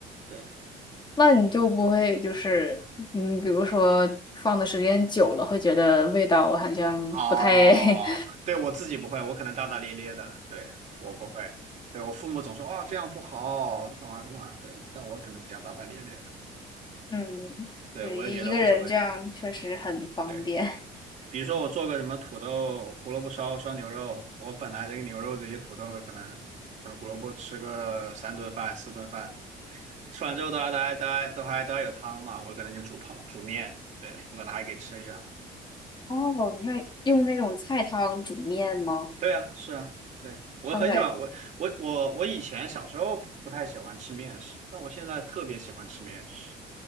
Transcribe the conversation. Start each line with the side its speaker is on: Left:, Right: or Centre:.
Right: 对。
Left: <laughs> 那你就不会就是嗯，比如说放的时间久了，会觉得味道好像不太
Right: 哦，
Left: <laughs>。
Right: 对，我自己不会，我可能大大咧咧的，对，我不会，对，我父母总说啊、这样不好，干嘛干嘛，对，但我可能比较大大咧咧的，
Left: 嗯，
Right: 对，
Left: 对，
Right: 我就觉得无所谓，
Left: 一个人这样确实很方便。
Right: 对，
Left: <laughs>
Right: 比如说我做个什么土豆胡萝卜烧烧牛肉，我本来这个牛肉这些土豆可能可能胡萝卜吃个三顿饭四顿饭，吃完之后都还都还都还都还都还有汤嘛，我可能就煮泡煮面，对，我可能还给吃一两。
Left: 哦，你看用那种菜汤煮面吗？
Right: 对啊，是啊，对，我很喜欢我我我我以前小时候不太喜欢吃面食，
Left: 哇塞，
Right: 但我现在特别喜欢吃面食。